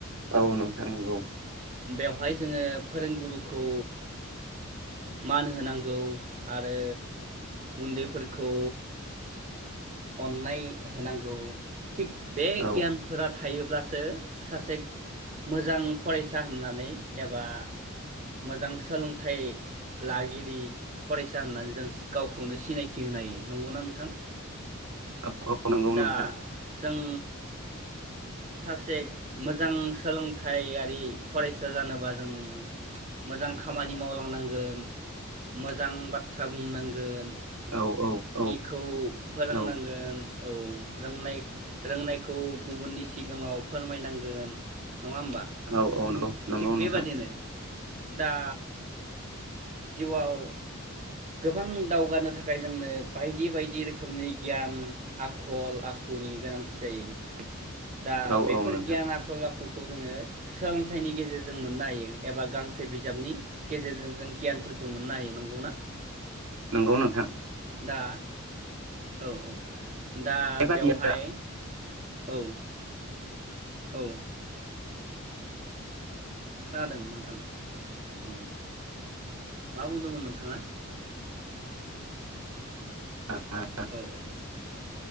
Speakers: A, on the right (about 80°); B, on the right (about 35°).
A: औ नोंथां नंगौ
B: बेवहाय जोङो फोरोंगुरुखौ मान होनांगौ आरो उन्दैफोरखौ अननाय होनां‌ गौ थिग बे
A: औ
B: गियानफोरा थायोब्लासो सासे मोजां फरायसा होननानै एबा मोजां सोलोंथाइ लागिरि फरायसा होननानै जों गावखौनो सिनायथि होनाय नंगौना नोंथां
A: औ औ नंगौ
B: दा
A: नोंथां
B: जों सासे मोजां सोलोंथायारि फरायसा जानोबा जों मोजां खामानि मावलांनांगोन मोजां बाथ्रा बुंनांगोन
A: औ औ औ
B: खौ फोरोंनांगोन
A: औ
B: औ रोंनाय रोंनायखौ गुबुननि सिगाङाव फोरमायनांगोन नङा होमबा
A: औ औ नंगौ नंगौ
B: थिग बेबादिनो
A: नोंथां
B: दा जिउआव गोबां दावगानो थाखाय जोंनो बायदि बायदि रोखोमनि गियान आखल आखुनि गोनांथि जायो दा
A: औ
B: बेफोर
A: औ नोंथां
B: गियान आखल आखुखौ जोङो सोलोंथाइनि गेजेरजों मोननो हायो एबा गांसे बिजाबनि गेजेरजों जों गियानफोरखौ मोननो हायो नंगौना
A: नंगौ नोंथां
B: दा औ औ दा
A: बेबादिनो
B: बेवहाय औ औ खोनादों नोंथां उम मा बुंदोंमोन नोंथाङा
A: आरो
B: औ